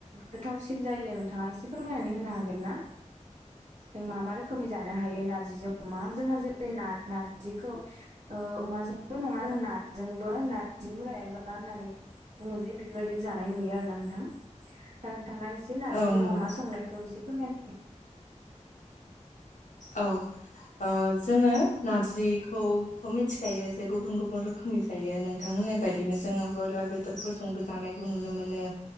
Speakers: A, on the right; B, on the left.
A: गोथावसिन जायो नोंथाङा एसे फोरमायनानै होनो हागोन ना? जों मा मा रोखोमै जानो हायो नार्जिजों अमा जोंहा जेरै ना-नारजिखौ ओ अमाजोंबो नङा जोङो नाजोंबो नारजि बुरायबा एबा <unintelligible> बुङो जे बेफोरबायदिबो जानाय नुयो आरोना नोंथां। <unintelligible> दा नोंथाङा एसे नारजिजों
B: औ नंगौ
A: अमा संनायखौ एसे फोरमायना
B: औ ओ जोङो नारजिखौथ' मिथिखायो जे गु गुबुन गुबुन रोखोमै जायो नोंथां होननाय बायदिनो जोङो ब्रयलार बेदरफोरजोंबो जानायखौ नुनो मोनो